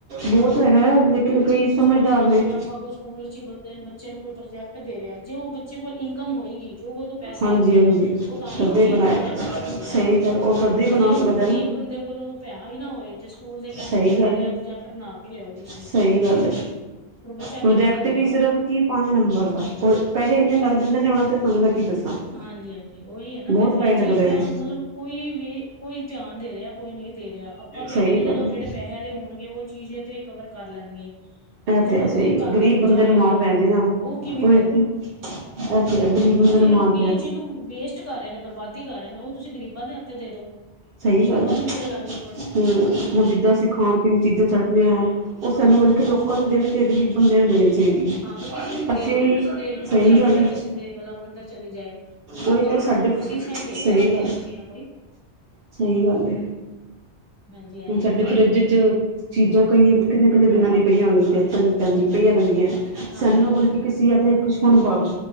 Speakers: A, on the right; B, on the left.
A: ਬਹੁਤ ਹੈਗਾ।
B: ਹੁਣ
A: ਲੇਕਿਨ
B: ਕੋਈ ਵੀ
A: ਕਈ
B: ਚੀਜ਼ ਤੁਸੀਂ
A: ਸਮਝਦਾਰ
B: ਸੋਚ ਲਓ
A: ਨੇ
B: ਜਿਵੇਂ ਆਂ। ਆਪਾਂ ਕੋਈ ਸਕੂਲ ਚ ਹੀ ਬੰਦੇ ਬੱਚੇ ਨੂੰ ਕੋਈ ਪ੍ਰੋਜੈਕਟ ਦੇ ਰਿਹਾ ਜੇ ਉਹ ਬੱਚੇ ਕੋਲ ਇਨਕਮ ਹੋਏਗੀ ਜੋ ਕੋਈ ਕੋਲ ਪੈਸਾ
A: ਹਾਂਜੀ
B: ਹੋਏਗਾ
A: ਹਾਂਜੀ
B: ਉਹ ਤਾਂ ਹੀ
A: ਤਦੇ
B: ਉਹ ਚੀਜ਼
A: ਬਣਾਇਆ
B: ਨੂੰ ਪ੍ਰੋਜੈਕਟ ਕਰ
A: ਸਹੀ
B: ਸਕਦਾ ਨਾ
A: ਗੱਲ ਉਹ ਤਦੇ ਹੀ ਬਣਾ
B: ਜੇ ਹੁਣ
A: ਸਕਦਾ
B: ਗ਼ਰੀਬ
A: ਨਾ
B: ਬੰਦੇ ਕੋਲੋਂ ਪੈਸ ਹੀ ਨਾ ਹੋਏ ਤੇ ਸਕੂਲ ਦੇ ਕਹਿਣ
A: ਸਹੀ
B: ਵੀ ਆਪਾਂ
A: ਗੱਲ
B: ਤੇ
A: ਹੈ
B: ਆ ਪ੍ਰੋਜੈਕਟ ਬਣਾ ਕੇ ਲਿਆਓ ਤੁਸੀਂ।
A: ਸਹੀ ਗੱਲ
B: ਪਰ ਉਹ ਬੱਚਾ
A: ਪ੍ਰੋਜੈਕਟ
B: ਕਿਵੇਂ ਕਰੇਗਾ
A: ਵੀ ਸਿਰਫ ਕੀ ਪੰਜ ਨੰਬਰ ਦਾ ਉਹ ਪੈਸੇ ਇੰਨੇ ਲੱਗਦੇ ਜਿੰਦੇ ਨੇ ਉਹਨਾਂ ਤੇ ਤੁਹਾਨੂੰ ਮੈਂ ਕੀ ਦੱਸਾਂ।
B: ਹਾਂਜੀ -ਹਾਂਜੀ ਉਹੀ ਹੈ ਨਾ
A: ਬਹੁਤ
B: ਫੇਰ
A: ਪੈਸੇ
B: ਇਹ ਚੀਜ਼
A: ਲੱਗਦੇ
B: ਦਾ
A: ਨੇ
B: ਮਤਲਬ ਕੋਈ ਵੀ ਕੋਈ ਧਿਆਨ ਦੇ ਰਿਹਾ ਕੋਈ ਨਹੀਂ ਦੇ ਰਿਹਾ ਆਪਾਂ ਤੇ
A: ਸਹੀ
B: ਕਹਿੰਦੇ ਜਦੋਂ
A: ਗੱਲ ਹੈ
B: ਜਿਹੜੇ ਪੈਸੇ ਲੇ ਹੋਣਗੇ ਉਹ ਚੀਜ਼ ਇਹਥ ਕਵਰ ਕਰ ਲੈਣਗੇ
A: ਇਹ
B: ਜਿਹੜਾ
A: ਤੇ
B: ਗਰੀਬ
A: ਸਹੀ
B: ਘਰ
A: ਗ਼ਰੀਬ
B: ਦਾ ਬੱਚਾ
A: ਬੰਦੇ
B: ਹੋਏਗਾ
A: ਨੂੰ ਮਾਰ ਪੈਂਦੇ ਨਾ
B: ਕਿਵੇਂ
A: ਉਹ
B: ਕਰੇਗਾ।
A: ਤੇ ਅਥ ਗਰੀਬ ਬੰਦੇ ਨੂੰ
B: ਜੇ
A: ਮਾਲ
B: ਲੋਕੀ ਇਹ ਚੀਜ਼ ਨੂੰ ਵੇਸਟ ਕਰ ਰਹੇ ਨੇ ਬਰਬਾਦੀ ਕਰ ਰਹੇ ਨੇ ਉਹ ਤੁਸੀਂ ਗਰੀਬਾਂ ਦੇ ਹੱਥ ਦੇ ਦੋ
A: ਸਹੀ
B: ਗਰੀਬਾਂ
A: ਗੱਲ ਹੈ
B: ਨੂੰ ਜਹੜ ਲੱ ਜਾਵੇ
A: ਹਮ ਹੁਣ ਜਿੱਦਾਂ ਅਸੀਂ ਖਾਣ ਪੀਣ ਦੀ ਚੀਜ਼ਾਂ ਛੱਡਦੇ ਹਾਂ ਉਹ ਸਾਨੂੰ
B: ਹਾਂ
A: ਮਤਲਬ ਕੇ ਲੋਕ ਲੋਕਾਂ ਨੂੰ ਦੇਣੀ ਚਹੀ ਗਰੀਬ ਬੰਦੇ ਨੂੰ ਦੇਣੇ ਚ ਸਹੀ ਹੈ
B: ਹਾਂ ਬਈ ਕਿਸੇ ਨੂੰ ਦੇ
A: ਅਸੀਂ
B: ਦੋ ਕਿਸੇ ਦੇ ਮੂੰਹ
A: ਸਹੀ
B: ਲੱਗ
A: ਗੱਲ
B: ਜੇ ਕਿਸੇ ਦੇ ਮਤਲਬ ਅੰਦਰ ਚਲੀ ਜਾਏ
A: ਉਹੀ
B: ਕੋਈ ਸਾਨੂੰ
A: ਤੇ ਸਾਡੇ
B: ਅਸੀਸਾਂ ਹੀ ਦੇਗਾ
A: ਸਹੀ
B: ਐਸੀ
A: ਗੱਲ
B: ਤੇ ਨੀ ਹੈ ਕੋਈ
A: ਸਹੀ ਗੱਲ
B: ਹਾਂਜੀ ਹਾਂਜੀ
A: ਹੁਣ ਸਾਡੇ ਫਰਿੱਜ ਚ ਚੀਜ਼ਾਂ ਕਈ ਕਿੰਨੇ ਕਿੰਨ ਦਿਨਾਂ ਦੀਆਂ ਪਈਆਂ ਹੋਣੀ ਪੈਂਦੀ ਪਈਆਂ ਰਹਿੰਦੀਆਂ
B: ਹਾਂਜੀ
A: ਸੈਨੂੰ
B: ਹਾਂਜੀ
A: ਬਲਕਿ ਕਿਸਸੀ ਆ ਤੇ ਪਸ਼ੂਆਂ ਨੂੰ ਪਾ ਦੋ